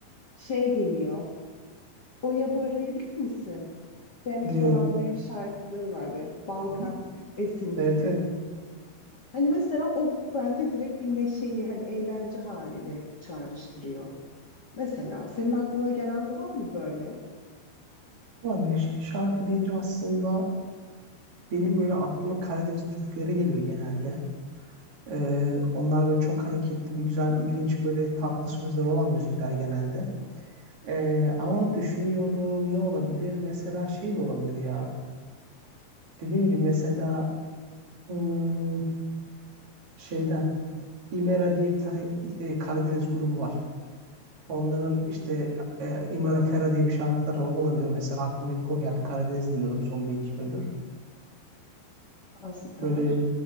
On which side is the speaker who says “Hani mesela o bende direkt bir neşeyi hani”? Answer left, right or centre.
Left